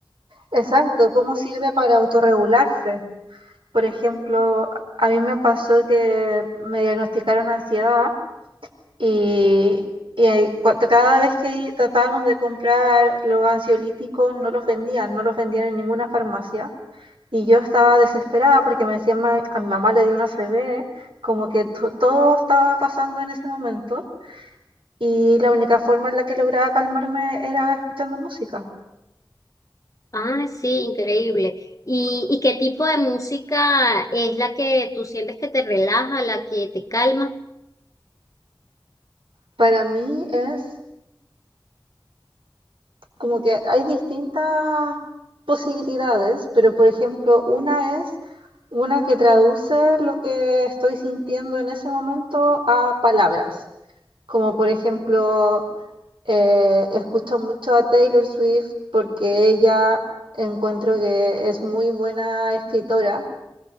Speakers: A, on the right; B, on the left.
A: Exacto, ¿cómo sirve para autorregularse? Por ejemplo, a mí me pasó que me diagnosticaron ansiedad Y, y ahí, cua- cada vez que i- tratábamos de comprar los ansiolíticos, no los vendían, no los vendían en ninguna farmacia. Y yo estaba desesperada porque me decían, "Ma- a mi mamá le dio una CB, como que to- todo estaba pasando en ese momento. Y la única forma en la que lograba calmarme era escuchando música.
B: Ah, sí, increíble. ¿Y, y qué tipo de música es la que tú sientes que te relaja, la que te calma?
A: Para mí es como que hay distintas posibilidades, pero por ejemplo, una es una que traduce lo que estoy sintiendo en ese momento a palabras, como por ejemplo, eh, escucho mucho a Taylor Swift porque ella encuentro que es muy buena escritora,